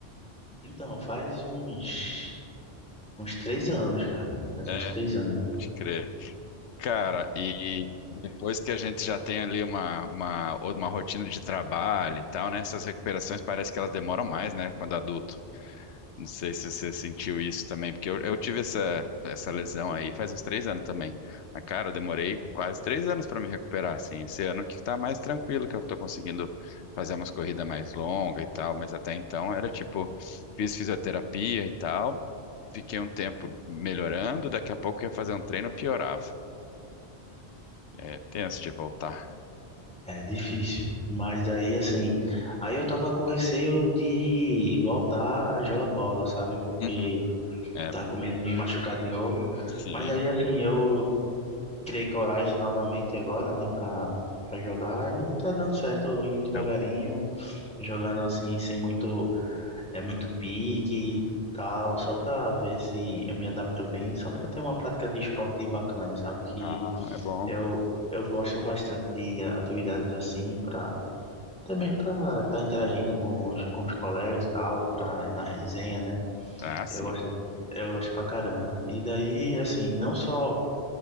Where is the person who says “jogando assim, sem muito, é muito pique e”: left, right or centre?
Centre